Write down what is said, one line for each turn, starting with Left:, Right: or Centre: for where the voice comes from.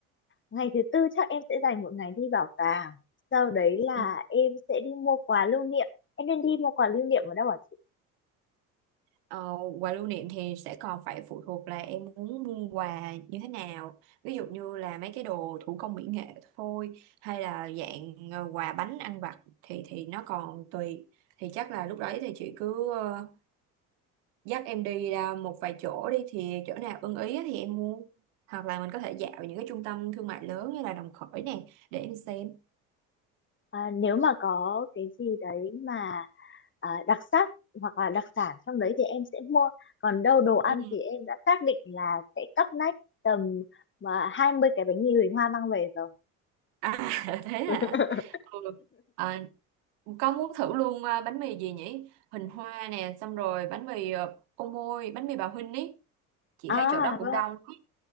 Left: ngày thứ tư chắc em sẽ dành một ngày đi bảo tàng sau đấy là
Right: Ừ.
Left: em sẽ đi mua quà lưu niệm em nên đi mua quà lưu niệm ở đâu ạ chị
Right: Ờ, quà lưu niệm thì sẽ còn phải phụ thuộc là em muốn mua quà như thế nào ví dụ như là mấy cái đồ thủ công mỹ nghệ thôi hay là dạng ờ, quà bánh ăn vặt thì thì nó còn tùy thì chắc là lúc đấy thì chị cứ ờ, dắt em đi ra một vài chỗ đi thì chỗ nào ưng ý á thì em mua hoặc là mình có thể dạo những cái trung tâm thương mại lớn như là Đồng Khởi nè để em xem
Left: à, nếu mà có cái gì đấy mà à, đặc sắc hoặc là đặc sản trong đấy thì em sẽ mua còn đâu đồ ăn
Right: Ừ.
Left: thì em đã xác định là sẽ cắp nách tầm mà 20 cái bánh mì Huỳnh Hoa mang về rồi
Right: À, <laughs> thế hả?
Left: <laughs>
Right: Ừ. À, có muốn thử luôn à, bánh mì gì nhỉ? Hình hoa nè, xong rồi bánh mì à, ô môi, bánh mì bà Huynh ý. Chị
Left: à
Right: thấy chỗ đó cũng
Left: vâng
Right: đông. ý.